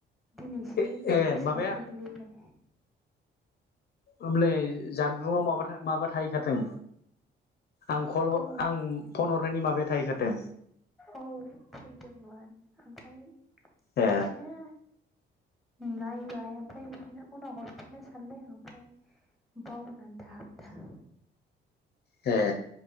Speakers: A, in the centre; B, on the left (about 55°).
A: दिनैसो
B: ए ए
A: गोसोआव
B: माबाया
A: गोग्लैबाय,
B: ओंलै जानबुङाव माबा था माबाद थाहैखादों आं कल
A: औ
B: आं फन हरनायनि माबाया थाहैखादों।
A: औ फैदोंमोन ओमफ्राय,
B: ए
A: बिदिनो नायबाय ओमफाय बिदिनो उनाव हरफिननो सानबाय आं ओमफाय बावनानै थाब था
B: ए